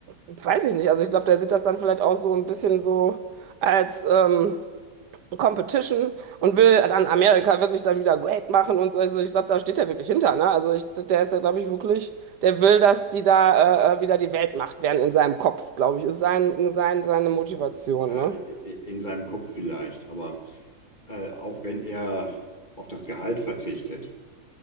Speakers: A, on the right; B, on the left.
A: Weiß ich nicht. Also ich glaube, der sieht das dann vielleicht auch so ein bisschen so als ähm, Competition und will dann Amerika wirklich dann wieder great machen und so. Also ich glaube, da steht er wirklich hinter, ne? Also ich, der ist ja, glaube ich, wirklich, der will, dass die da äh, äh, wieder die Weltmacht werden in seinem Kopf, glaube ich, ist sein, sein, seine Motivation,
B: Ja,
A: ne?
B: i- i- in seinem Kopf vielleicht, aber äh, auch wenn er auf das Gehalt verzichtet.